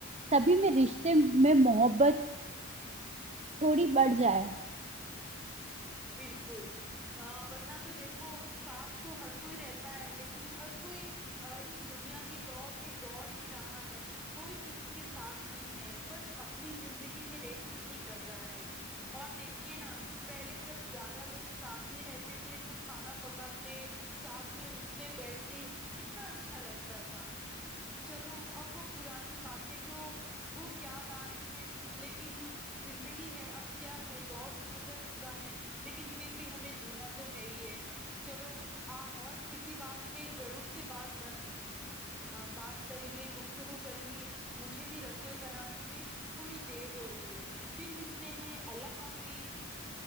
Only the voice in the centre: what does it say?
بالکل ورنہ تو دیکھو ساتھ تو ہر کوئی رہتا ہے لیکن ہر کوئی اس دنیا کے دور میں دوڑ ہی رہا ہے کوئی کسی کے ساتھ نہیں ہے بس اپنی زندگی میں ریسنگ ہی کر رہا ہے اور دیکھیے نا پہلے جب زیادہ لوگ ساتھ میں رہتے تھے تو کھانا پکاتے ساتھ میں اٹھتے بیٹھتے کتنا اچھا لگتا تھا چلو اب وہ پرانی باتیں تو خوب یاد آ رہی ہیں لیکن زندگی ہے اب کیا ہے دور تو گزر چکا ہے لیکن پھر بھی ہمیں جینا تو ہے ہی ہے چلو اور کسی بات پہ ضرور سے بات بات کریں گے گفتگو کریں گے مجھے بھی رسوئی بنانے میں تھوڑی دیر ہو رہی ہے پھر ملتے ہیں اللہ حافظ